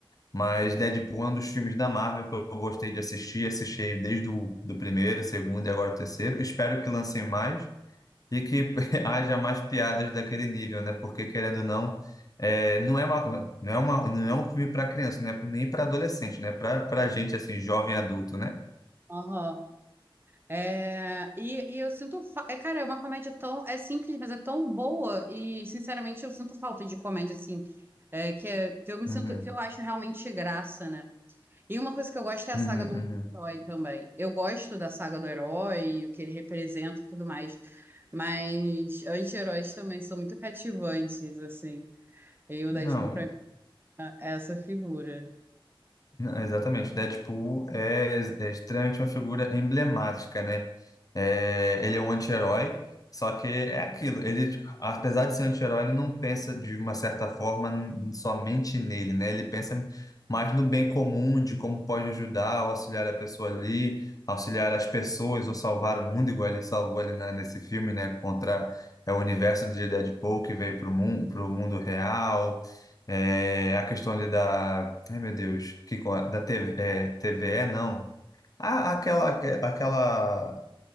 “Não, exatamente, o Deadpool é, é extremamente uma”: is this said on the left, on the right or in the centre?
Left